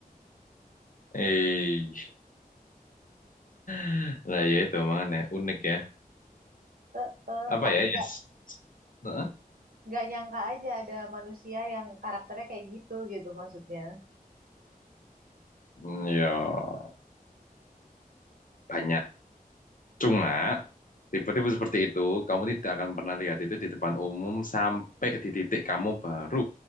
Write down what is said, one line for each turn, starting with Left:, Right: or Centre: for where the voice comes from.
Left: eh, <laughs> nah ya itu makanya unik ya.
Right: Eh, eh,
Left: Apa
Right: aku
Left: ya?
Right: nggak
Left: Yes. Heeh.
Right: nggak nyangka aja ada manusia yang karakternya kayak gitu gitu maksudnya
Left: Hmm, Ya, banyak. Cuma, tipe-tipe seperti itu, kamu tidak akan pernah lihat itu di depan umum sampai di titik kamu baru,